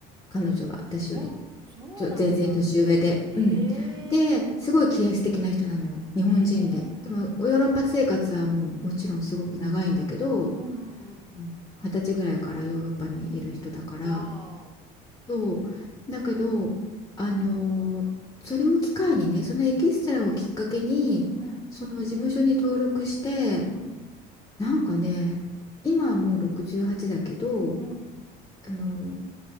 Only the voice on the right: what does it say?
お、そうなんだ。
へえ。
へえ。うんうんうんおそうなんだへえへえうんうんうん
わ
ーお。うん。うん。
うん。